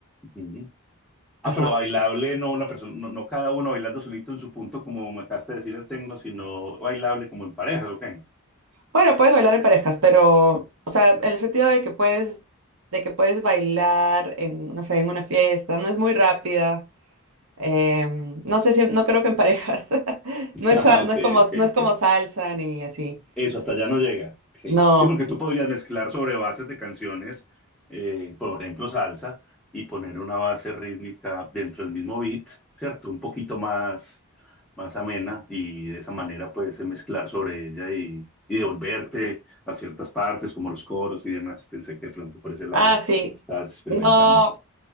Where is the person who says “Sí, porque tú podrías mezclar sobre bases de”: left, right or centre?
Centre